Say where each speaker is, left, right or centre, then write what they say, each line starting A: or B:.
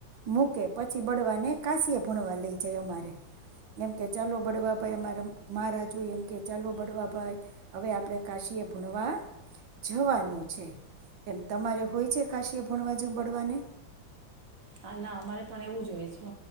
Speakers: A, on the right; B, on the right.
A: મૂકે પછી બળવાને કાસી્ય ભણવા લઈ જાય અમારે, એમ કે ચાલો બળવાભાઈ અમારા મહારાજ હોય એમ કે ચાલો બળવાભાઈ, અમારે મહારાજુ એમકે ચાલો બળવાભાઈ હવે આપણે કાશ્યએ ભણવા જવાનું છે એમ તમારે હોય છે, કાશી ભણવા જો બળવાને?
B: હા ના અમારે પણ એવું જ હોય છે,